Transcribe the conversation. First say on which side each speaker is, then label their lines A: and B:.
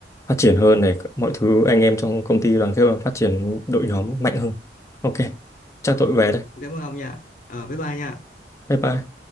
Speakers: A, on the left; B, on the left.
A: phát triển hơn này mọi thứ anh em trong công ty đoàn kết và phát triển đội nhóm mạnh hơn ok chắc
B: ờ
A: tôi về đây
B: tôi cảm ơn ông nha ờ bye bye nha
A: bye bye